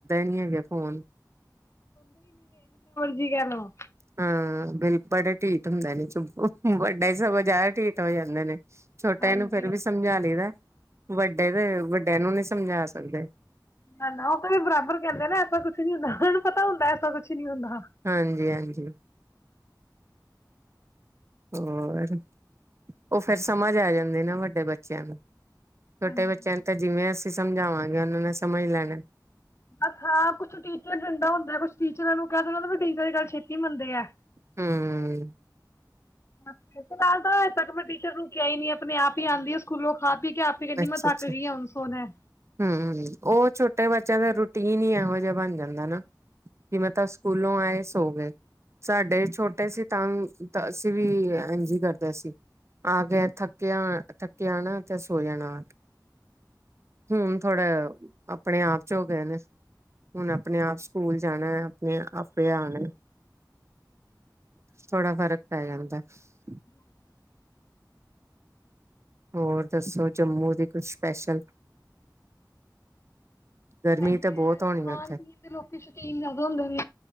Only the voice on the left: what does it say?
ਕੀ ਕਰ ਰਿਹੇ ਹੋ?
ਹਾਂਜੀ।
ਨਾ, ਨਾ ਉਹ ਬਰਾਬਰ ਕਰਦੇ ਨੇ, ਐਸਾ ਕੁਛ ਨੀ ਹੁੰਦਾ ਉਹੂੰ ਪਤਾ ਹੁੰਦਾ ਐਸਾ ਕੁਛ ਨੀ ਹੁੰਦਾ।
ਹਾਂਜੀ।
ਬਸ, ਹਾਂ ਕੁਛ ਟੀਚਰ ਡੰਡਾ ਹੁੰਦਾ। ਕੁਛ ਟੀਚਰਾਂ ਨੂੰ ਕਹਿ ਦੇ ਉਹ ਵੀ ਗੱਲ ਛੇਤੀ ਮੰਨਦੇ ਏ
ਫਿਲਾਲ ਹਜੇ ਤੱਕ, ਮੈਂ ਟੀਚਰ ਰੁਕਿਆ ਹੀ ਨੀ ਆਪਣੇ ਆਪ ਹੀ ਆਉਂਦੀ ਆ ਸਕੂਲੋਂ ਖਾ ਪੀ ਕੇ ਆਪੇ ਕਹਿੰਦੀ
ਮੈਂ ਥੱਕ
ਗਈ ਆ ਹੁਣ ਸੋਣਾ।
<unintelligible>
ਇਹੀ
ਹੈ,
ਖਾਣ
ਪੀਣ ਦੇ ਲੋਕੀ ਸ਼ੌਕੀਨ ਜ਼ਿਆਦਾ ਹੁੰਦੇ ਨੇ